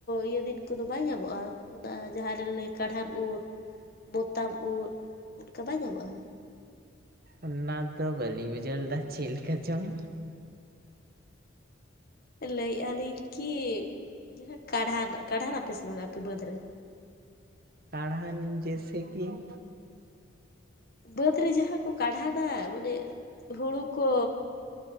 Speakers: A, on the left (about 50°); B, on the right (about 50°).
A: ᱤᱭᱟᱹ ᱫᱤᱱ ᱠᱚᱫᱚ ᱵᱟᱭ ᱧᱟᱢᱚᱜ-ᱟ ᱚᱱᱟ ᱡᱟᱦᱟᱸᱨᱮ ᱞᱟᱹᱭ ᱠᱟᱬᱦᱟᱱ ᱩᱫ ᱢᱚᱛᱟᱢ ᱩᱫ ᱚᱱᱠᱟ ᱵᱟᱭ ᱧᱟᱢᱚᱜ-ᱟ
B: ᱚᱱᱟ ᱫᱚ ᱵᱟᱹᱞᱤᱧ ᱵᱩᱡᱷᱟᱹᱣ ᱞᱮᱫᱟ ᱪᱮᱫ ᱞᱮᱠᱟ ᱪᱚᱝ
A: ᱞᱟᱹᱭᱮᱫ-ᱟ ᱞᱤᱧ ᱠᱤ ᱡᱟᱦᱟᱸ ᱠᱟᱬᱦᱟᱱ ᱠᱟᱬᱦᱟᱱ ᱟᱯᱮ ᱥᱮ ᱵᱟᱝ ᱟᱯᱮ ᱵᱟᱹᱫᱽ ᱨᱮ
B: ᱠᱟᱬᱦᱟᱱ ᱡᱮᱥᱮ ᱠᱤ ᱦ <unintelligible>
A: ᱵᱟᱹᱫᱽ ᱨᱮ ᱡᱟᱦᱟᱸ ᱠᱚ ᱠᱟᱬᱦᱟᱱᱟ ᱢᱟᱱᱮ ᱦᱩᱲᱩ ᱠᱚ